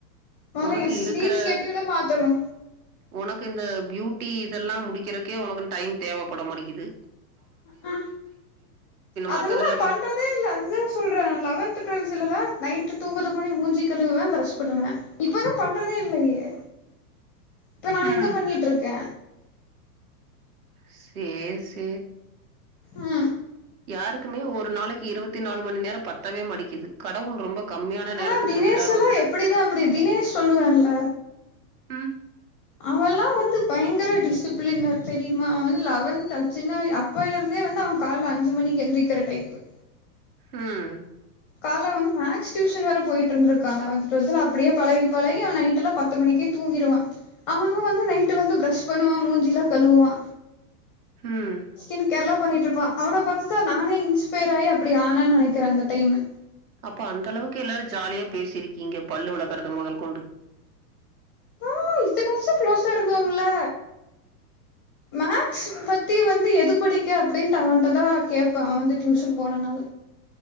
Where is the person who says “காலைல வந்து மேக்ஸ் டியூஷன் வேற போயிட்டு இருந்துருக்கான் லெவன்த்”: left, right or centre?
Centre